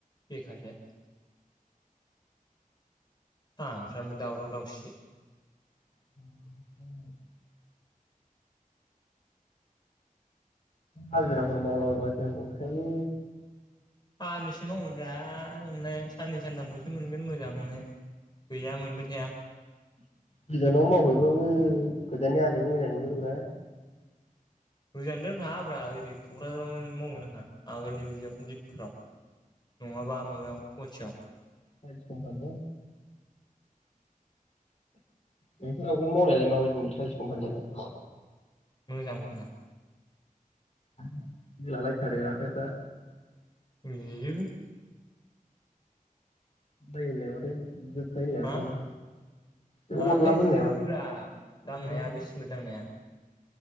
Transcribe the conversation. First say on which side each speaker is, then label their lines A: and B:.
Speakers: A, on the left; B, on the left.
A: बेखारसो सामफ्रामबो दावराव दावसि
B: <unintelligible> हाजिराफोर <unintelligible> मोनखायनो
A: सानबैसे मावनो <unintelligible> नोंलाय साननै सानथामल'सो मोनगोन मोजांनो गैया मोनबाय थाया
B: गोजानाव मावहैबाबो गोजाननि हाजो जोखौ मोजां नुहुरोब्रा
A: गोजानद्रायाव थाङाब्रा ओरै क'क्राझारावनो मावगोन आंहा आगोलनि बायदियाव दिपुफ्राव नङाबा माबायाव गुवाहाटीआव
B: टाइलस कम्पानिया नोंसोर आगोलाव मावनायालाय माबायदिमोन टाइलस कम्पानियालाय?
A: मोजां ब्रा
B: आ दोलालायथारो आखाइफ्रा
A: <unintelligible>
B: <unintelligible>
A: हा
B: आखायानो बे
A: आखाइआ
B: अरलाबो होनलाय
A: जिजोबो
B: माथो
A: ब्रा दांनाया
B: ओंखायनोथ'
A: बे सिमिद दांनाया